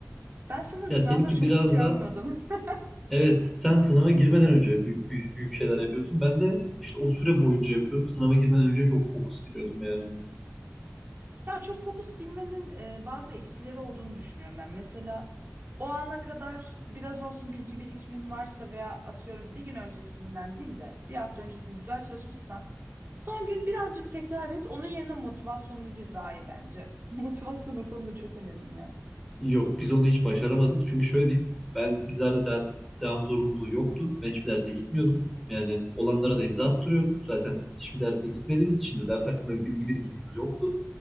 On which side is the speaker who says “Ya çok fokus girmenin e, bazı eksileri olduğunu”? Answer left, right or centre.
Right